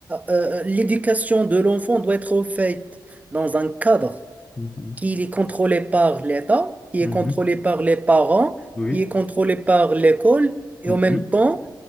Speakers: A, on the right (about 20°); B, on the left (about 20°).
A: euh, l'éducation de l'enfant doit être faite dans un cadre
B: Mhm.
A: qui est contrôlé par l'État, qui
B: Mhm.
A: est contrôlé par les parents,
B: Oui.
A: qui est contrôlé par l'école, et
B: Mhm.
A: en même temps,